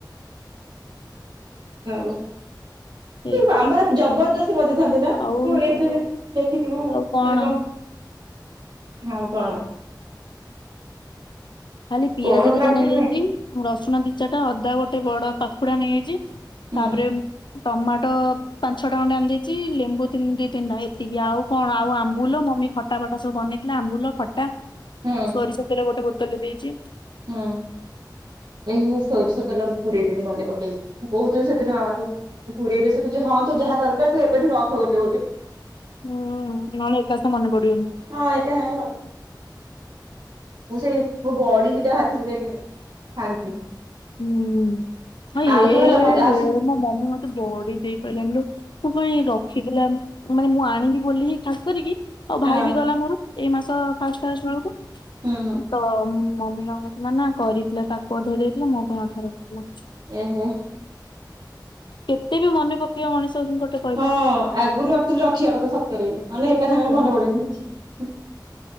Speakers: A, on the right (about 60°); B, on the left (about 80°).
A: ହଉ
B: ଏଇଆ
A: ଆମ୍ବ ଗୁରା ଜବରଦସ୍ତି ପଚୋଉଛନ୍ତି ନା
B: ଆଉ
A: <unintelligible> ଦେଖିଥିବୁ
B: ଆଉ କଣ
A: ମାନେ କ ହଉ କଣ?
B: ଖାଲି ପିଆଜ
A: ଗରମ
B: ଦିଟା
A: ଲାଗୁଛି
B: ନେଇଯାଇଚି
A: କି ନାଇଁ
B: ରସୁଣ ଦିଚା ଟା ଅଦା ଗୋଟେ ବଡ କୁକୁଡ଼ା ନେଇଯାଇଚି
A: ହୁଁ
B: ତାପରେ ଉମ୍ ଟମାଟୋ ପାଞ୍ଚ ଛ ଟଙ୍କା ଟାଣି ଦେଇଚି ଲେମ୍ବୁ ଦି ତିନି ଟଙ୍କା ଏ ଟିକେ ଆଉ କଣ ଆଉ ଆମ୍ବୁଲ ମମି ଖଟା ଫଟା ସବୁ ବନେଇଥିଲା ଆମ୍ବୁଲ ଖଟା।
A: ହୁଁ
B: ସୋରିଷ ତେଲ ଗୋଟେ ବୋତଲ ରେ ଦେଇଚି।
A: ହଁ। ଏଁ ମୁଁ ସରିଷ ତେଲ ପୁରେଇ ମନେପକେଇକି ମୁଁ କହୁଥିଲି ସେଦିନ <unintelligible> ମୁଁ ପୁରେଇ ରଖୁଛି ହଁ ତୁ ଯାହା ଦରକାର ତୁ ଏବେଠୁ ରଖ ଗୋଟେ ଗୋଟେ।
B: ହୁଁ ନହେଲେ ଏକାସ ମନେ ପଡିବନି।
A: ହଁ ଏଇଟା <unintelligible> ମୁଁ ସେଇ ମୁଁ ବଡି ଦିଇଟା ଭାଜି ଭୂଜାକି ନେବି ଛାଣିକି।
B: ହୁଁ। ଆଁ
A: ଆରଥର
B: ହେ
A: ହେଲା ମତେ ଆସି
B: ହେ ମୋ ମମି ମତେ ବଡି ଦେଇ ପାଇଲାନି ଯେ ମୋ ପାଇଁ ର ଥିଲା ମାନେ ମୁଁ ଆଣିବି ବୋଲି ଖାସ କରିକି ଆଉ
A: ହଁ
B: ଭାଇ ବି ଗଲା ମୋର ଏଇ ମାସ ଫାଷ୍ଟ ଫାଷ୍ଟ ବେଳକୁ।
A: ହୁଁ ହୁଁ
B: ତ ମମି କଣ କରଥିଲା ନା କରିଥିଲା ତାକୁ ଅଧା ଦେଇଥିଲା ମୋ ପାଇଁ ଅଧା ରଖିଥିଲା।
A: ଏ ହେ।
B: କେତେ ବି ମନେ ପକେଇବ ମଣିଷ ଗୋଟେ। କହିଲ।
A: ହଁ ଆଗରୁ ଆକଚୁଆଲି ରଖିବା କଥା ସତରେ ମାନେ ଏକା ସାଙ୍ଗରେ
B: ହୁଁ
A: ମନେ ପଡେନି କିଛି।